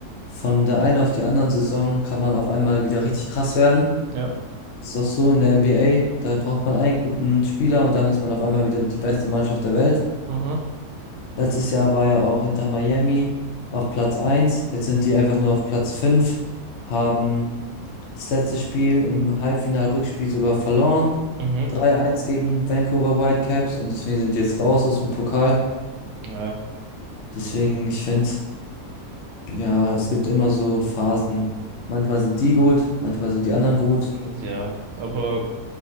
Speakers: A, on the left; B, on the right.
A: von der einen auf die anderen Saison kann man auf einmal wieder richtig krass werden.
B: ja.
A: ist auch so in der NBA. Da braucht man einen guten Spieler und dann ist man auf einmal wieder die beste Mannschaft der Welt.
B: Mhm.
A: Letztes Jahr war ja auch Inter Miami auf Platz eins. Jetzt sind die einfach nur auf Platz 5, haben das letzte Spiel im Halbfinal-Rückspiel sogar verloren.
B: Mhm.
A: 3-1 gegen Vancouver Whitecaps und deswegen sind die jetzt raus aus dem Pokal.
B: Ja.
A: Deswegen, ich finde, ja, es gibt immer so Phasen. Manchmal sind die gut, manchmal sind die anderen gut.
B: Ja, aber